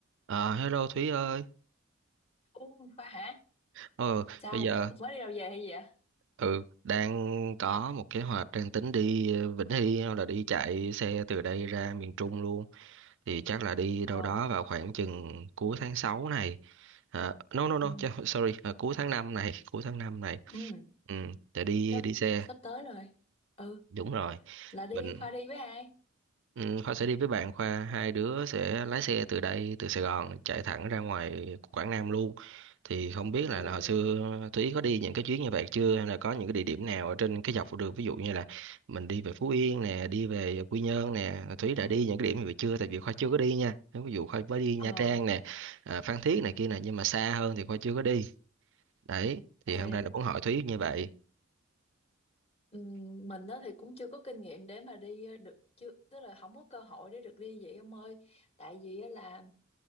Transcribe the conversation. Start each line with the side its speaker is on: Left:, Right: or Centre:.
Right: Ờ, hello Thúy ơi.
Left: Ồ, Khoa hả?
Right: Ờ,
Left: Sao?
Right: bây giờ
Left: Mới đi đâu về hay gì vậy?
Right: ừ đang có một kế hoạch đang tính đi ờ, Vĩnh Hy hoặc là đi chạy xe từ đây ra miền Trung luôn. Thì chắc là đi đâu
Left: Ồ,
Right: đó vào khoảng chừng cuối tháng 6 này. À, no no no,
Left: ừ,
Right: chà- <laughs> sorry, à, cuối tháng 5 này, cuối tháng 5 này.
Left: ừ,
Right: Ừ, để đi
Left: sắp,
Right: đi xe.
Left: sắp tới rồi. Ừ,
Right: Đúng rồi.
Left: là đi,
Right: Mình
Left: Khoa đi với ai?
Right: Ừ, Khoa sẽ đi với bạn Khoa hai đứa sẽ lái xe từ đây từ Sài Gòn chạy thẳng ra ngoài Quảng Nam luôn thì không biết là,
Left: Ồ,
Right: là hồi xưa Thúy có đi những cái chuyến như vậy chưa hay là có những cái địa điểm nào ở trên cái dọc đường ví dụ như là mình đi về Phú Yên nè đi về Quy Nhơn nè Thúy
Left: ừ,
Right: đã đi những cái điểm như vậy chưa tại vì Khoa chưa có đi nha Nếu ví dụ Khoa mới đi Nha
Left: ờ,
Right: Trang nè à, Phan Thiết này kia nè nhưng mà xa hơn thì Khoa chưa có đi đấy thì
Left: ê,
Right: hôm nay là muốn hỏi Thúy như vậy
Left: ừ, mình đó thì cũng chưa có kinh nghiệm để mà đi ờ, được, chưa, tức là không có cơ hội để được đi vậy ông ơi. Tại vì á là